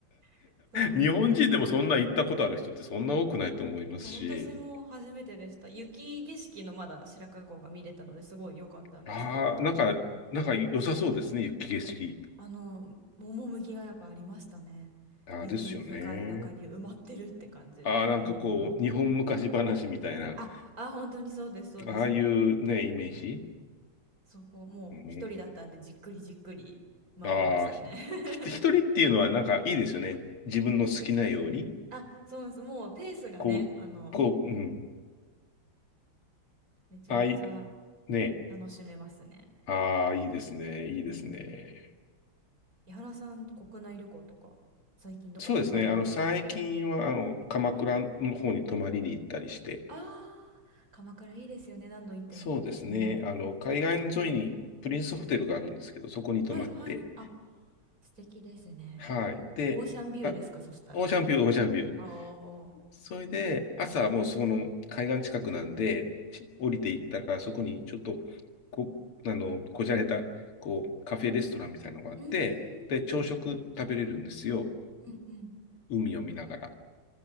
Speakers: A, on the right; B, on the left.
A: <laughs> そう
B: 日本人でもそんな行ったことある人ってそんな多くないと思いますし、
A: そう、私も初めてでした。雪景色のまだ白川郷が見れたのですごい良かったんですけど、
B: ああ、なんか、なんか良さそうですね、雪景色。
A: あの、趣がやっぱありましたね。
B: ああ、
A: 雪深い中に埋まってるって感じで。
B: ですよね。ああ、なんかこう、
A: うん。
B: 日本昔話みたいな、
A: あ、あ、本当にそうです、そうです。
B: ああいうね、イメージ。
A: そこもう一人だったんでじっくりじっくり回りましたね。
B: うん、ああ、ひ、
A: <laughs>
B: ひ一人っていうのはなんかいいですよね。自分の好きなように。
A: あ、そうです。もうペースがね、
B: こう、
A: あの、
B: こう、うん。
A: めちゃめちゃ
B: ああい、ね。
A: 楽しめますね。
B: ああ、いいですね。いいですね。
A: うん。井原さん、国内旅行とか最近どこか行かれました
B: そうですね。あの、最近は、あの、鎌倉の方に泊まりに行ったりして、
A: ああ、鎌倉いいですよね、何度行っても。
B: そうですね。
A: うん。
B: あの、海岸沿いにプリンスホテルがあるんですけど、そこに泊まって、
A: はいはい。あ、素敵ですね。
B: はい。で、
A: オーシャンビューですか、
B: あ、
A: そしたら。
B: オーシャンビュー、オーシャンビュー。
A: おー。
B: それで、朝はもうその海岸近くなんで、し降りていったら、そこにちょっと、こ、あの、こじゃれた、こう、カフェレストランみたいなのがあって、
A: うーん。
B: で、朝食食べれるんですよ。
A: うんうん。
B: 海を見ながら。